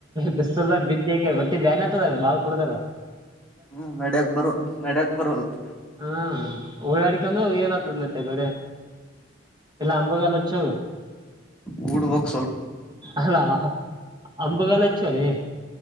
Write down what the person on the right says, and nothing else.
ಬಿಸ ಬಿದ್ದ ಒಟ್ಟಿ ಬ್ಯಾನ್ತದ ಬಾಳ ಕುಡದಾರ‌.
ಹಾ ಓಡಾಡ್ಕೊಂಡು ಏನತ್ತದ್ ಮತ್ತಗಡೆ. ಇಲ್ಲ ಅಂಬಗಲಚ್ಚು.
ಅಲ್ಲಾ ಅಂಬುಗಾಲು ಹಚ್ಚಲೇ